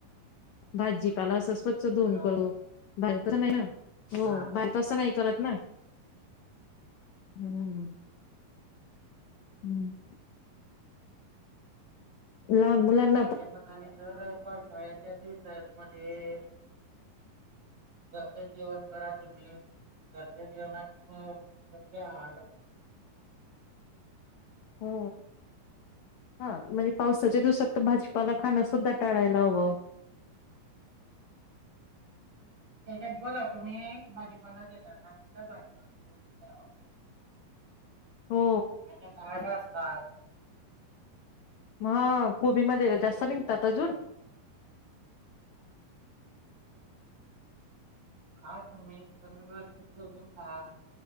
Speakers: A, on the left; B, on the right.
A: भाजीपाला असं स्वच्छ धुवन
B: हॅलो
A: <unintelligible> तसं नाही ना हो
B: हा बरोबर
A: बाहेर तसं नाही करत ना हम्म हम्म लहान मुलाना
B: माझ्या मताने तर पावसाळ्याच्या दिवसा मध्ये घरचचं जेवण करा तुम्ही घरच्या जेवनात <unintelligible> योग्य आहार
A: हो हा म्हणजे पावसाच्या दिवसात तर भाजपाला खाण सुुद्धा टाळायला हवं
B: त्याच्यात बघा तुम्ही भाजीपाला घेताना सुुद्धा भाजीपाला बघुन घ्यावा
A: हो
B: त्याचात आळ्या असतात
A: मगं कोबी मध्ये
B: पावसाच्या
A: जास्त
B: दिवसांमध्ये
A: निघतात अजून
B: पण खा तुम्ही पण व्यवस्थित बघून खा